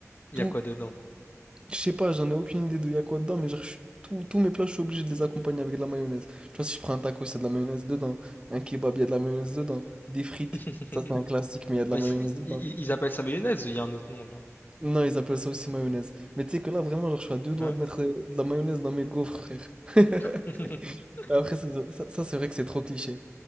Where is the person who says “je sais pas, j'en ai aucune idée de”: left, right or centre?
Right